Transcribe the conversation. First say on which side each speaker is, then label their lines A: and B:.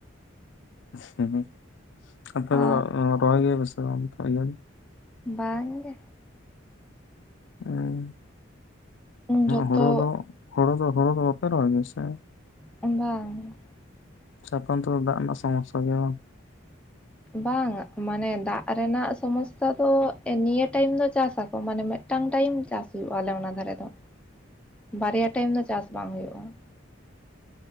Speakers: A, on the left; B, in the centre.
A: <unintelligible> ᱟᱯᱮ ᱫᱚ
B: ᱚ
A: ᱨᱚᱦᱚᱭ ᱜᱮᱭᱟᱯᱮ ᱥᱮ ᱵᱟᱝ ᱤᱭᱟᱹ?
B: ᱵᱟᱝ ᱜᱮ᱾
A: <unintelligible>
B: ᱡᱚᱛᱚ
A: ᱦᱳᱲᱳ ᱫᱚ ᱦᱳᱲᱳ ᱫᱚ ᱦᱳᱲᱳ ᱫᱚ ᱵᱟᱯᱮ ᱨᱚᱦᱚᱭ ᱜᱮᱭᱟ ᱥᱮ?
B: ᱵᱟᱝ᱾
A: ᱥᱮᱸ ᱟᱯᱮ ᱚᱱᱛᱮ ᱫᱟᱜ ᱨᱮᱱᱟᱜ ᱥᱚᱢᱚᱥᱥᱟ ᱜᱮᱭᱟ ᱵᱟᱝ?
B: ᱵᱟᱝ ᱢᱟᱱᱮ ᱫᱟᱜ ᱨᱮᱱᱟᱜ ᱥᱚᱢᱚᱥᱥᱟ ᱫᱚ, ᱱᱤᱭᱟᱹ ᱴᱟᱭᱤᱢ ᱫᱚ ᱪᱟᱥᱟᱠᱚ ᱢᱟᱱᱮ ᱢᱮ ᱴᱟᱝ ᱴᱟᱭᱤᱢ ᱪᱟᱥ ᱦᱩᱭᱩᱜᱼᱟ, ᱟᱞᱮ ᱚᱱᱟ ᱫᱷᱟᱨᱮ ᱫᱚ᱾
A: <inaudible>
B: ᱵᱟᱨᱭᱟ ᱴᱟᱭᱤᱢ ᱫᱚ ᱪᱟᱥ ᱵᱟᱝ ᱦᱳᱭᱳᱜᱼᱟ᱾